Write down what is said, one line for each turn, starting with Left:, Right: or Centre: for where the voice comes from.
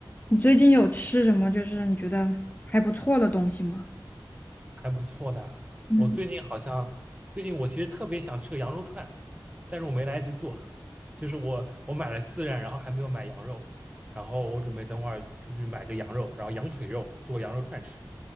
Left: 你最近有吃什么就是你觉得还不错的东西吗？
Right: 还不错的啊。
Left: 嗯，
Right: 我最近好像，最近我其实特别想吃个羊肉串，但是我没来得及做。就是我我买了孜然，然后还没有买羊肉，然后我准备等会儿出去买个羊肉，然后羊腿肉做羊肉串吃。